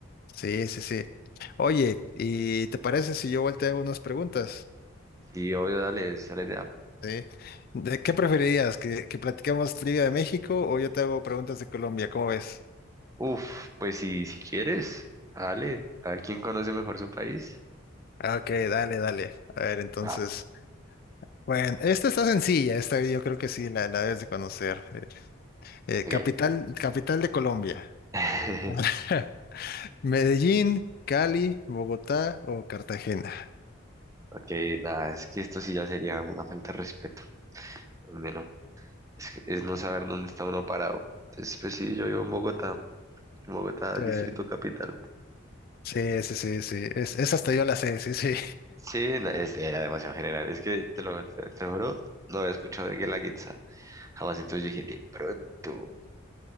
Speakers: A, on the left; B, on the right.
A: Sí, sí, sí. Oye, ¿y te parece si yo volteo unas preguntas?
B: Sí, obvio, dale, esa es la idea.
A: ¿Sí? ¿De qué preferirías? ¿Que, que platiquemos Liga de México o yo te hago preguntas de Colombia? ¿Cómo ves?
B: Uf, pues si, si quieres, dale, a ver quién conoce mejor su país.
A: Ah, Ok, dale, dale. A ver, entonces.
B: Ah,
A: Bueno, esta está sencilla, esta yo creo que sí, la, la debes de conocer. Eh, eh,
B: ok.
A: capital, capital de Colombia.
B: <laughs>
A: <laughs> Medellín, Cali, Bogotá o Cartagena.
B: Ok, nada, es que esto sí ya sería una falta de respeto. Bueno, es, que- es no saber dónde está uno parado. Entonces, pues sí, yo vivo en Bogotá, en Bogotá,
A: Eh,
B: Distrito Capital.
A: sí, sí, sí, sí. Es, esa hasta yo la sé, sí, sí.
B: Sí, no, es- era demasiado general. Es que te lo, te, te lo juro, no había escuchado de Guelaguetza jamás. Entonces yo dije, de pronto,